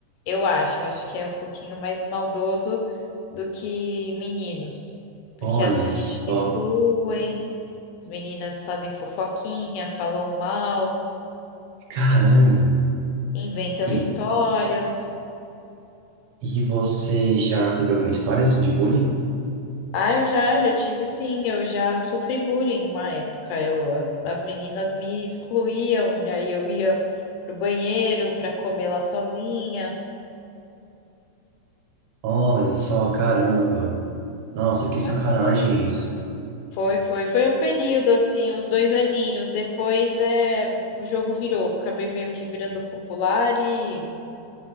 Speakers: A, on the left (about 80°); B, on the right (about 85°).
A: Eu acho, eu acho que é um pouquinho mais maldoso do que meninos, porque
B: Olha
A: as meninas
B: só,
A: excluem, as meninas fazem fofoquinha, falam mal,
B: caramba.
A: inventam
B: E,
A: histórias.
B: e você já teve alguma história assim de bullying?
A: Ah, eu já, já tive sim, eu já sofri bullying uma época. Eu, as, as meninas me excluíam, e aí eu ia pro banheiro para comer lá sozinha.
B: Olha só, caramba. Nossa, que sacanagem
A: As-
B: isso.
A: Foi, foi, foi um período assim, uns dois aninhos. Depois é, o jogo virou, acabei meio que virando popular e,